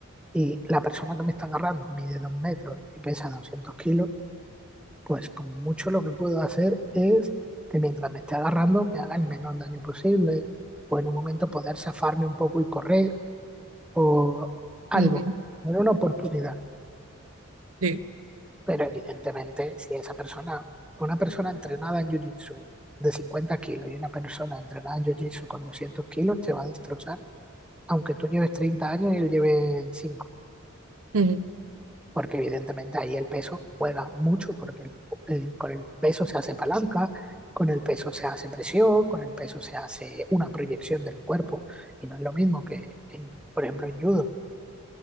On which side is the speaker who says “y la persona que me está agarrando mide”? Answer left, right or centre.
Centre